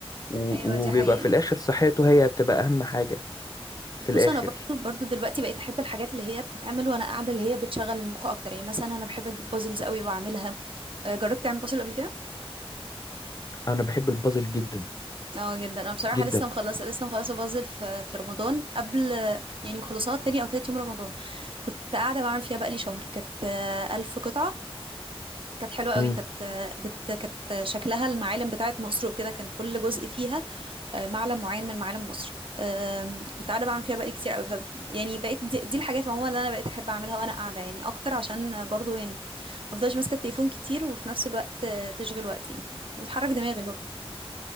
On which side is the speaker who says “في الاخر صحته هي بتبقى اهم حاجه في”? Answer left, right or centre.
Left